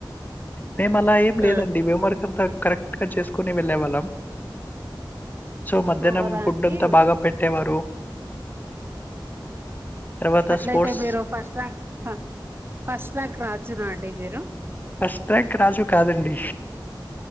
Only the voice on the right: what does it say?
ఆ,
అవునా
అండి
అట్లయితే
మీరు ఫస్ట్ ర్యాంక్ ఫస్ట్ ర్యాంక్ రాజునా అండి మీరు